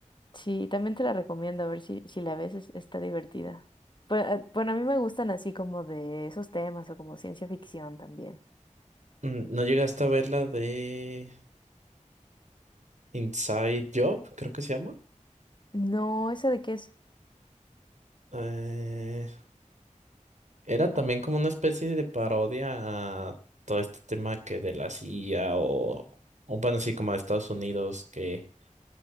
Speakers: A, on the left; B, on the right.
A: Sí, también te la recomiendo, a ver si, si la ves, es- está divertida. Pues, eh, bueno, a mí me gustan así como de esos temas o como ciencia ficción también.
B: Mm, ¿No llegaste a ver la de Inside Job? Creo que se llama.
A: No, ¿esa de qué es?
B: Eh, era también como una especie de parodia a todo este tema que de la CIA o, o bueno, sí, como de Estados Unidos que...